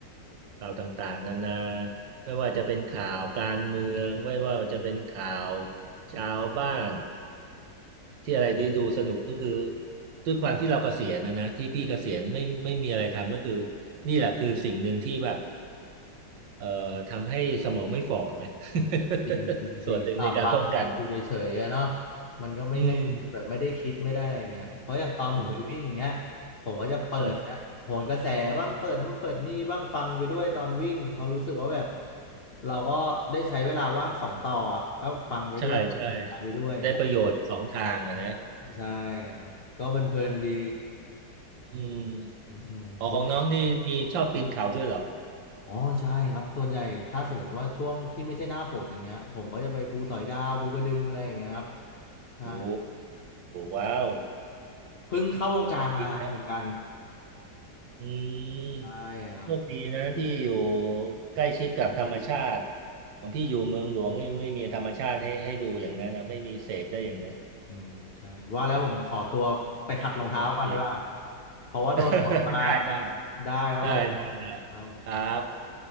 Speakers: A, on the right; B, on the left.
A: ข่าวต่างๆนานาไม่ว่าจะเป็นข่าวการเมืองไม่ว่าจะเป็นข่าวชาวบ้านที่อะไรที่ดูสนุกก็คือด้วยความที่เราเกษียณนะนะที่พี่เกษียณไม่ไม่มีอะไรทำก็คือนี่แหละคือสิ่งหนึ่งที่แบบเอ่อทำให้สมองไม่ฝ่อไง
B: จริงจริงจริงอ่าบางคนอยู่เฉยๆอะเนาะ
A: <laughs> ส่วนหนึ่งในการป้องกัน
B: มันก็ไม่แน่แบบไม่ได้คิดไม่ได้อะไรอย่างเงี้ยเพราะอย่างตอนผมไปวิ่งอย่างเงี้ย
A: อืมอ
B: ผมก็จะเปิดนะโหนกระแสบ้างเปิดนู่นเปิดนี่บ้างฟังไปด้วยตอนวิ่งเพอราะรู้สึกว่าแบบ
A: ืม
B: เราก็ได้ใช้เวลาว่างสองต่ออะก็ฟังไปด้วยออกกำลังกายไปด้วย
A: ใช่ใช่ได้ประโยชน์สองทางอะนะ
B: ใช่ครับก็เพลินๆดี
A: อืม
B: อืมอืมว่า
A: อ๋อของน้องนี่มีชอบปีนเขาด้วยเหรอ
B: อ๋อใช่ครับส่วนใหญ่ถ้าสมมติว่าช่วงที่ไม่ใช่หน้าฝนอย่างเงี้ยผมก็จะไปภูสอยดาวภูกระดึงอะไรอย่างเงี้ยครับใช่
A: โอ้ว้าว
B: เพิ่งเข้าวงการมาเหมือนกัน
A: โชคดีนะอืม
B: ใช่ครับ
A: โชคดีนะที่อยู่ใกล้ชิดกับธรรมชาติของพี่อยู่เมืองหลวงนี่ไม่มีธรรมชาติให้ให้ดูอย่างนั้นนะไม่มีเสพได้อย่างนั้น
B: อืมใช่ว่าแล้วผมขอตัวไปขัดรองเท้าก่อนดีกว่า
A: โอเค
B: เพราะว่าโดนฝนมา
A: <laughs> ได้ได้
B: ได้ครับผม
A: ได้ได้ได้
B: ครับผม
A: ครับ